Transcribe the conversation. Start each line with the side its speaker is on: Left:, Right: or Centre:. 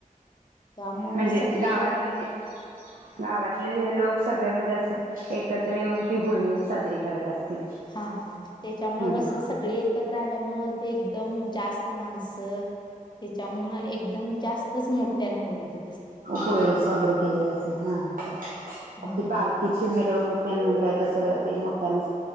Left: त्यामुळं
Right: म्हणजे
Left: सगळी
Right: गावातले,
Left: गा
Right: गावातले लोक सगळे म्हणजे असं एकत्र येऊन ती होळी साजरी करत असतील.
Left: हा, हा त्याच्या मुळ
Right: हम्म.
Left: कस, सगळे एकत्र आल्यामुळ ते एकदम जास्त माणसं, त्याच्या मुळ एकदम जास्तच मोठ्यान होळी ति
Right: होळी साजरी केले जाते. हा
Left: हा
Right: ती पालखीची
Left: हा.
Right: मिरवणूक तेन म्हणताय तस, ते मो्ठयान